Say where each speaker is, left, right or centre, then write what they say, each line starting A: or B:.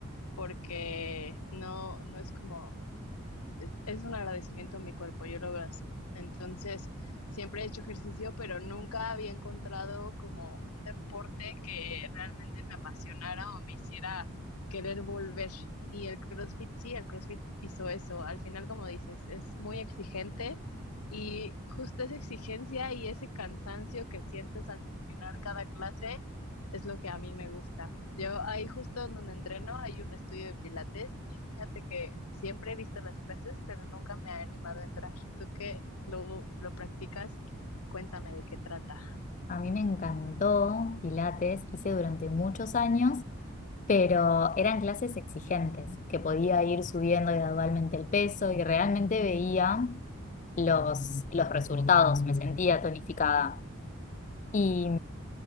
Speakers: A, on the left; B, on the left.
A: porque no, no es como es un agradecimiento a mi cuerpo, yo lo veo así. Entonces, siempre he hecho ejercicio, pero nunca había encontrado como un deporte que realmente me apasionara o me hiciera querer volver. Y el CrossFit sí, el CrossFit hizo eso. Al final, como dices, es muy exigente y justo esa exigencia y ese cansancio que sientes al terminar cada clase es lo que a mí me gusta. Yo ahí justo donde entreno hay un estudio de pilates y fíjate que siempre he visto las clases, pero nunca me ha animado a entrar. Tú que lo, lo practicas, cuéntame de qué trata.
B: A mí me encantó Pilates, hice durante muchos años, pero eran clases exigentes, que podía ir subiendo gradualmente el peso y realmente veía los, los resultados, me sentía tonificada. Y